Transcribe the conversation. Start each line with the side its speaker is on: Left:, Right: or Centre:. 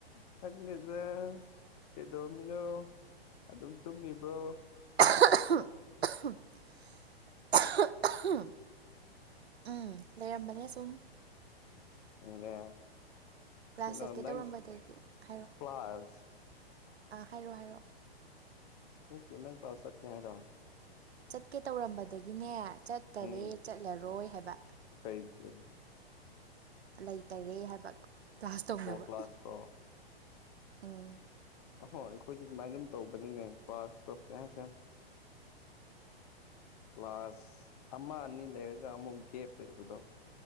Left: ꯈꯪꯗꯦꯗ ꯀꯩꯗꯧꯔꯝꯃꯤꯅꯣ ꯑꯗꯨꯝ ꯇꯨꯝꯃꯤꯕ꯭ꯔꯣ
Right: <unintelligible> ꯎꯝ ꯂꯩꯔꯝꯕꯅꯦ ꯁꯨꯝ
Left: ꯅꯦ
Right: ꯀ꯭ꯂꯥꯁ
Left: ꯀꯩꯅꯣ
Right: ꯆꯠꯀꯦ
Left: ꯅꯪ
Right: ꯇꯧꯔꯝꯕꯗꯒꯤ ꯍꯥꯏꯔꯣ
Left: ꯀ꯭ꯂꯥꯁ
Right: ꯑꯥ ꯍꯥꯏꯔꯣ ꯍꯥꯏꯔꯛꯑꯣ
Left: ꯅꯠꯇꯦ ꯅꯪ ꯀꯂ꯭ꯥꯁ ꯆꯠꯀꯦ ꯍꯥꯢꯔꯣ
Right: ꯆꯠꯀꯦ ꯇꯧꯔꯝꯕꯗꯒꯤꯅꯦ ꯆꯠꯇꯔꯦ
Left: ꯎꯝ
Right: ꯆꯠꯂꯔꯣꯏ ꯍꯥꯏꯕ
Left: ꯀꯩꯒꯤ
Right: ꯂꯩꯇꯔꯦ ꯍꯥꯏꯕ ꯀ꯭ꯂꯥꯁ ꯇꯧꯅꯕ
Left: ꯀ꯭ꯂꯥꯁ ꯔꯣ
Right: ꯎꯝ
Left: ꯑꯍꯣ ꯑꯩꯈꯣꯏꯗꯤ ꯑꯗꯨꯃꯥꯏꯅ ꯑꯗꯨꯝ ꯇꯧꯕꯅꯤꯅꯦ ꯀ꯭ꯂꯥꯁꯇꯣ ꯀꯩ ꯍꯥꯏꯁꯦ ꯀ꯭ꯂꯥꯁ ꯑꯃ ꯑꯅꯤ ꯂꯩꯔꯒ ꯑꯃꯨꯛ ꯒꯦꯞ ꯂꯩꯕꯗꯣ